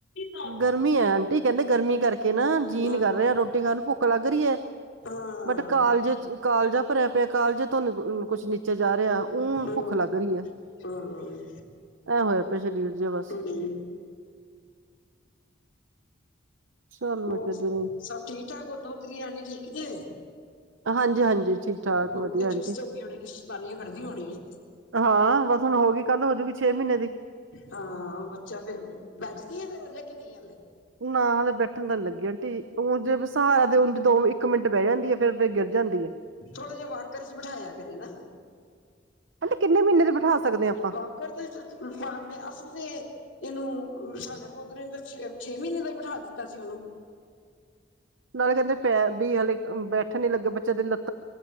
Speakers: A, on the left; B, on the right.
A: ਹਾਂ
B: ਗਰਮੀ ਐ, ਆਂਟੀ ਕਹਿੰਦੇ ਗਰਮੀ ਕਰਕੇ ਨਾ ਜੀ
A: ਹਾਂ
B: ਨੀ ਕਰ ਰਿਹਾ ਰੋਟੀ ਖਾਣ ਨੂੰ ਭੁੱਖ ਲੱਗ ਰਹੀ ਐ,
A: ਹਾਂ
B: ਬਟ ਕਾਲਜੇ ਚ ਕਾਲਜਾ ਭਰਿਆ ਪਿਆ, ਕਾਲਜੇ ਤੋਂ ਨੀ ਕੁ ਕੁੱਛ ਨੀ ਨੀਚੇ ਜਾ ਰਿਹਾ, ਊਂ
A: ਹਾਂ
B: ਭੁੱਖ
A: ਹੂੰ
B: ਲੱਗ ਰਹੀ ਐ, ਐਂ ਹੋਇਆ ਪਿਆ ਸਰੀਰ।
A: <unintelligible>
B: ਜੇ ਬਸ ਚੱਲ ਮੈਂ
A: ਹੋਰ
B: ਕਦੀ
A: ਸਭ ਠੀਕ-ਠਾਕ, ਦੋਤਰੀ ਰਾਣੀ ਠੀਕ ਜੇ।
B: ਹਾਂਜੀ ਹਾਂਜੀ ਠੀਕ ਠਾਕ
A: ਹੁਣ
B: ਵਧੀਆ
A: ਤੇ
B: ਆਂਟੀ
A: ਚੁਸਤ ਹੋ ਗਈ ਹੋਣੀ ਐ, ਸੈ ਤਾਨੀਆਂ ਕਰਦੀ ਹੋਣੀ ਏ।
B: ਹਾਂ ਬਸ ਹੁਣ ਹੋ ਗਈ, ਕੱਲ ਹੋਜੂਗੀ ਛੇ ਮਹੀਨੇ ਦੀ।
A: ਹਾਂ, ਬੱਚਾ ਫੇਰ ਬੈਠਦੀ ਐ, ਹਜੇ ਕਿ ਨਹੀਂ ਹਾਲੇ।
B: ਨਾ ਹਾਲੇ ਬੈਠਣ ਤਾਂ ਨੀ ਲੱਗੀ ਆਂਟੀ, ਊਂ ਜੇ ਸਹਾਰਾ ਦੇ ਦੋ ਇੱਕ ਮਿੰਟ ਬਹਿ ਜਾਂਦੀ ਆ, ਫੇਰ ਗਿਰ ਜਾਂਦੀ ਹੈ
A: ਥੋੜਾ ਜਿਹੇ ਵਾਕਰ ਚ ਬਿਠਾਇਆ ਕਰੇ ਨਾ।
B: ਅੰਟੀ ਕਿੰਨੇ ਮਹੀਨੇ ਦੇ ਬਿਠਾ ਸਕਦੇ ਆ ਆਪਾਂ।
A: ਵਾਕਰ ਦੇ ਚ ਪਾਂਦੇ, ਅਸੀਂ ਤੇ ਇਹਨੂੰ ਸਾਡੇ ਪੋਤਰੇ ਨੂੰ ਤਾਂ, ਛੇ- ਛੇ ਮਹੀਨੇ ਦਾ ਹੀ ਬਿਠਾ ਦਿੱਤਾ ਸੀ ਉਹਨੂੰ।
B: ਨਾਲੇ ਕਹਿੰਦੇ ਪੈਰ ਵੀ ਹਲੇ ਬੈਠਣ ਨੀ ਲੱਗੇ, ਬੱਚਿਆਂ ਦੇ ਲੱਤ